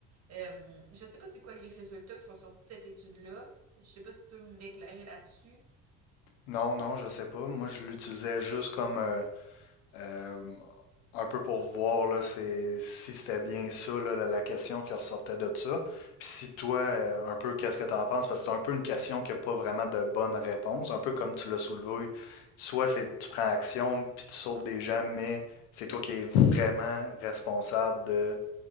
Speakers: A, on the right; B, on the left.
A: Euh, je ne sais pas c'est quoi les résultats qui sont sortis de cette étude-là. Je ne sais pas si tu peux m'éclairer là-dessus.
B: Non, non, je sais pas. Moi, je l'utilisais juste comme euh, euh, un peu pour voir là, c'est- si c'était bien ça, là, la, la question qui ressortait de ça. Puis si toi, euh, un peu, qu'est-ce que tu en penses? Parce que c'est un peu une question qui n'a pas vraiment de bonne réponse, un peu comme tu l'as soulevé. Soit c'est tu prends action, puis tu sauves des gens, mais c'est toi qui es vraiment responsable de,